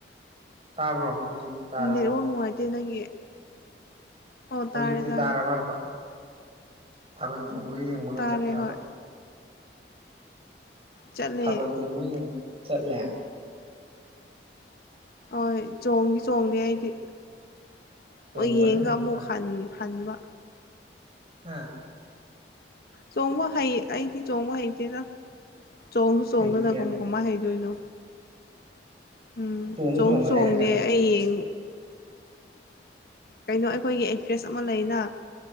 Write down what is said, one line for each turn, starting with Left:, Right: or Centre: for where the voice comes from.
Right: ꯇꯥꯕ꯭ꯔꯣ ꯍꯧꯖꯤꯛꯇꯤ ꯇꯥꯔꯕꯣ
Left: ꯅꯦꯠꯋꯥꯛ ꯅꯨꯡꯉꯥꯏꯇꯦ ꯅꯪꯒꯤ ꯑꯣ
Right: ꯍꯧꯖꯤꯛꯇꯤ
Left: ꯇꯥꯔꯦ ꯇꯥꯔꯦ
Right: ꯇꯥꯔꯕ ꯍꯥꯏꯕ ꯊꯥꯕꯜ ꯆꯣꯡꯕ ꯌꯦꯡꯕꯒ
Left: ꯇꯥꯔꯦ
Right: ꯆꯠꯇ꯭ꯔꯕ
Left: ꯍꯣꯏ ꯆꯠꯂꯦ
Right: ꯊꯥꯕꯜ ꯆꯣꯡꯕ ꯆꯠꯂꯦ
Left: ꯍꯣꯏ ꯆꯣꯡꯗꯤ ꯆꯣꯡꯗꯦ ꯑꯩꯗꯤ
Right: ꯆꯣꯡꯕ
Left: ꯍ ꯌꯦꯡꯒ
Right: ꯍꯩꯇ꯭ꯔꯣ
Left: ꯑꯃꯨꯛ
Right: ꯍꯥꯏꯁꯦ
Left: ꯍꯟ ꯍꯟꯕ
Right: ꯍꯥꯥ
Left: ꯆꯣꯡꯕ ꯍꯩ ꯑꯩꯗꯤ ꯆꯣꯡꯕ ꯍꯩꯇꯦꯔꯥ ꯆꯣꯡꯁꯨ ꯆꯣꯡꯉꯅ
Right: ꯍꯩꯇꯦ
Left: ꯀꯝꯃꯣ ꯀꯃ ꯍꯩꯗꯣꯏꯅꯣ ꯎꯝ
Right: ꯆꯣꯡ
Left: ꯆꯣꯡꯁꯨ
Right: ꯆꯣꯡꯉ
Left: ꯆꯣꯡꯗꯦ
Right: ꯍꯩꯔꯛꯀꯗꯕꯅꯤ
Left: ꯑꯩꯡ ꯀꯩꯅꯣ ꯑꯩꯈꯣꯏꯒꯤ ꯑꯦꯛꯇ꯭ꯔꯦꯁ ꯑꯃ ꯂꯩꯅ